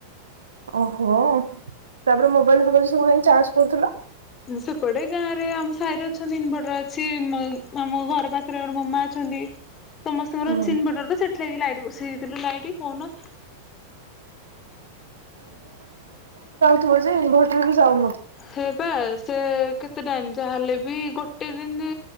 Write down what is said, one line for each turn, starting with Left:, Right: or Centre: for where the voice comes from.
Right: ଓହୋ ତାପରେ ମୋବାଇଲ ଫୋବାଇଲ ସବୁ କେମିତି ଚାର୍ଜ କରୁଥିଲ?
Left: ସେପଟେ ଗାଁ ରେ ଆମ ସାହିର ଅଛନ୍ତି ଇନ ବଟର ଅଛି ଆମ ଘର ପାଖରେ ଗୋଟେ ମାମା ଅଛନ୍ତି। ସମସ୍ତଙ୍କର
Right: ହୁଁ,
Left: ଚନ୍ ବଟର ତ ସେଠ ଲାଗି ଲାଇଟ୍ ବେଇଥିଲୁ ଲାଇଟ୍ ଫୋନ
Right: ଇନ୍ଭର୍ଟର ବି ଯାଉ
Left: ହେ ବା ସେ କେତେ ଟାଇମ ଯାହାହେଲେ ବି ଗୋଟେ ଗୋଟେ ଦିନ